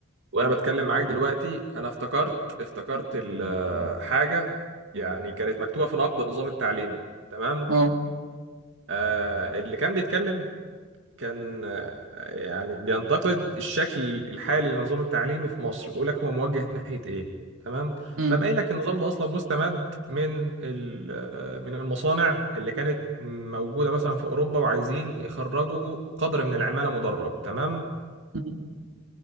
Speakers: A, on the right; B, on the right.
A: وانا بتكلم معاك دلوقتي انا افتكرت افتكرت ال- آه، حاجه يعني كانت مكتوبه في نقد نظام التعليم تمام
B: اه
A: آه اللي كان بيتكلم كان آه، يعني بينتقد الشكل الحالي للنظام التعليمي في مصر بيقول لك هو موجه ناحيه ايه تمام
B: امم
A: فقام قايل لك النظام ده اصلا مستمد من ال- آه، من المصانع اللي كانت موجوده مثلا في اوروبا وعايزين يخرجوا قدر من العماله مدرب تمام
B: أمم.